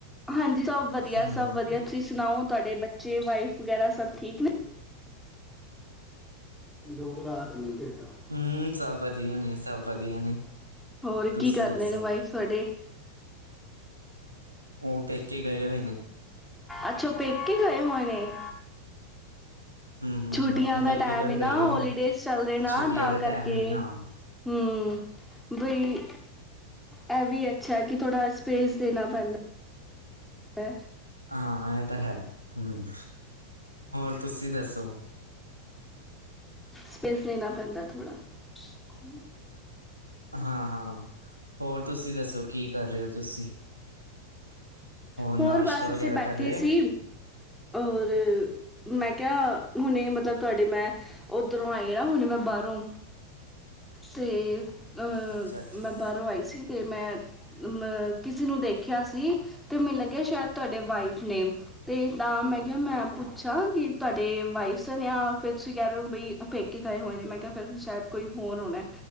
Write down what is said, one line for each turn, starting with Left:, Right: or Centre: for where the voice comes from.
Centre: ਹਾਂਜੀ ਸਭ ਵਧੀਆ-ਸਭ
Right: ਹਮ
Centre: ਵਧੀਆ ਤੁਸੀਂ ਸੁਣਾਓ ਤੁਆਡੇ ਬੱਚੇ ਵਾਈਫ ਵਗੈਰਾ ਸਭ ਠੀਕ ਨੇ। ਦੋ ਪਰਾ ਠੀਕ ਹੈਗਾ।
Right: ਹੂੰ ਸਭ ਵਧੀਆ ਨੇ-ਸਭ ਵਧੀਆ ਨੇ।
Centre: ਹੋਰ
Right: ਤੁਸੀਂ
Centre: ਕੀ ਕਰਦੇ
Right: ਦੱਸੋ
Centre: ਨੇ ਵਾਈਫ ਤੁਆਡੇ?
Right: ਓ ਪੇਕੇ ਗਏ ਹੋਏ ਨੇ।
Centre: ਅੱਛਾ ਓ ਪੇਕੇ ਗਏ ਹੋਏ ਨੇ।
Right: ਹਮ ਹਮ
Centre: ਛੁੱਟੀਆਂ
Right: ਆਪਣੇ
Centre: ਦਾ
Right: ਪੇਕੇ
Centre: ਟੈਮ
Right: ਘਰ
Centre: ਏ ਨਾ
Right: ਗਏ ਹੋਏ
Centre: ਹੋਲੀਡੇਜ਼
Right: ਨੇ
Centre: ਚੱਲ ਰੇ ਨਾ
Right: ਛੁੱਟੀਆਂ
Centre: ਤਾਂ
Right: ਦਾ ਟਾਈਮ
Centre: ਕਰਕੇ।
Right: ਹੈ ਹਾਂ ਹਮ
Centre: ਹੂੰ ਬਈ
Right: ਬ
Centre: ਐਵੀ ਅੱਛਾ ਐ ਕਿ ਥੋੜ੍ਹਾ ਸਪੇਸ ਦੇਣਾ ਪੈਂਂ ਦਾ।
Right: ਹਾਂ ਐ ਤਾਂ ਹੈ ਹੂੰ ਹੋਰ ਤੁਸੀਂ ਦੱਸੋ।
Centre: ਸਪੇਸ ਦੇਨਾ ਪੈਂਦਾ ਥੋੜਾ। <unintelligible>
Right: ਹਾਂ-ਹਾਂ ਹੋਰ ਤੁਸੀਂ ਦੱਸੋ ਕੀ ਕਰ ਰੇ ਓ ਤੁਸੀਂ? ਨਾਸ਼ਤਾ
Centre: ਹੋਰ ਬਸ
Right: ਵਗੈਰਾ
Centre: ਅਸੀਂ ਬੈਠੇ
Right: ਕਰ ਲਿਆ?
Centre: ਸੀ ਔਰ ਮੈਂ ਕੇਆ ਹੁਣੇ ਮਤਲਬ ਤੁਆਡੇ ਮੈਂ ਓਧਰੋਂ ਆਈ ਆ ਹੁਣੇ ਮੈਂ ਬਾਰੋਂ ਤੇ ਅ
Right: ਅੱਛਾ-ਅੱਛਾ।
Centre: ਮੈਂ ਬਾਹਰੋਂ ਆਈ ਸੀ। ਤੇ ਮੈਂ ਕਿਸੇ ਨੂੰ ਦੇਖਿਆ ਸੀ, ਤੇ ਮੈਨੂੰ ਲੱਗਿਆ ਸ਼ਾਇਦ ਤੁਹਾਡੇ ਵਾਈਫ ਨੇਮ? ਤੇ ਤਾਂ ਮੈਂ ਕਿਹਾ, ਮੈਂ ਪੁੱਛਾਂ ਕਿ ਤੁਹਾਡੇ ਵਾਈਫ ਨੇ ਜਾਂ ਫਿਰ ਤੁਸੀਂ ਕਹਿ ਰਹੇ ਹੋ ਬਈ ਪੇਕੇ ਗਏ ਹੋਏ ਨੇ, ਮੈਂ ਕਿਹਾ ਫਿਰ ਸ਼ਾਇਦ ਕੋਈ ਹੋਰ ਹੋਣਾ।